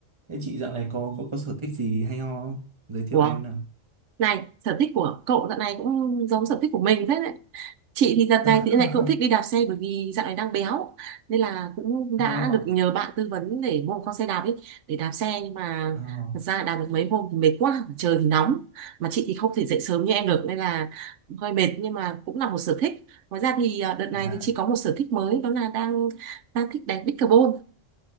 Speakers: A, on the right; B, on the right.
A: thế chị dạo này có có, có sở thích gì hay ho không giới thiệu
B: Ủa,
A: em nào
B: này, sở thích của cậu đợt này cũng giống sở thích của mình thế đấy. Chị thì đợt
A: <laughs>
B: này thì lại cũng thích đi đạp xe bởi vì dạo này đang béo. Nên là cũng đã
A: ho ho
B: được
A: ho
B: nhờ bạn tư vấn để mua một con xe đạp ấy, để đạp xe. Nhưng mà
A: ho.
B: thật ra đạp được mấy hôm thì mệt quá, trời thì nóng. Mà chị thì không thể dậy sớm như em được nên là hơi mệt nhưng mà cũng là một sở thích. Ngoài ra thì à, đợt này
A: dạ
B: thì chị có một sở thích mới đó là đang đang thích đánh pickleball.